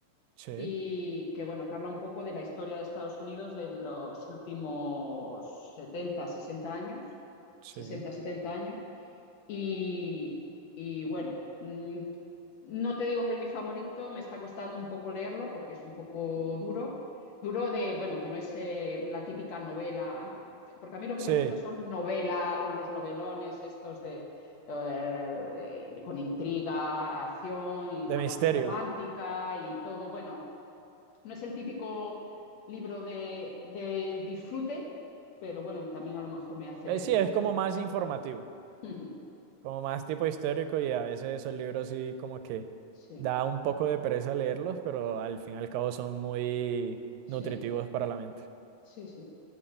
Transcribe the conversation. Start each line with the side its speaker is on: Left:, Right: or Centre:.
Right: Sí,
Left: y que bueno, que habla un poco de la historia de Estados Unidos de los últimos 70, 60 años,
Right: sí,
Left: 60 70 años. Y, y bueno, mm, no te digo que es mi favorito, me está costando un poco leerlo porque es un poco duro. Duro de, bueno, que no es eh, la típica novela, A- porque a mí lo que
Right: sí.
Left: me gusta son novelas, los novelones estos de, eh, con intriga, acción y una
Right: De misterio.
Left: parte romántica y todo. Bueno, no es el típico libro de, de disfrute, pero bueno, también a lo mejor me hace
Right: Eh,
Left: ver
Right: sí,
Left: un
Right: es
Left: poco.
Right: como más informativo,
Left: <laughs>
Right: como más tipo histórico y a veces esos libros sí como que
Left: Sí,
Right: da un poco de pereza leerlos, pero al fin y al cabo son muy
Left: sí.
Right: nutritivos para la mente.
Left: Sí, sí.